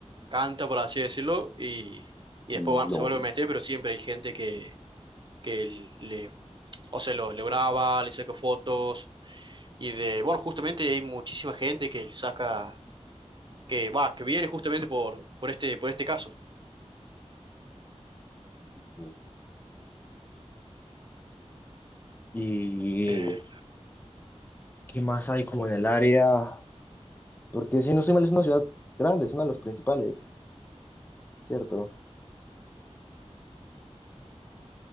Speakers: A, on the right; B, on the left.
A: canta, por así decirlo, y, y después
B: Lo,
A: va- se vuelve a meter, pero siempre hay gente que, que le, o sea, lo, lo graba, le saca fotos, y de, bueno, justamente hay muchísima gente que le saca que va, que viene justamente por, por este, por este caso.
B: lo- ¿Y
A: Eh,
B: qué más hay como en el área? Porque si no soy mal, es una ciudad grande, es una de las principales. Cierto.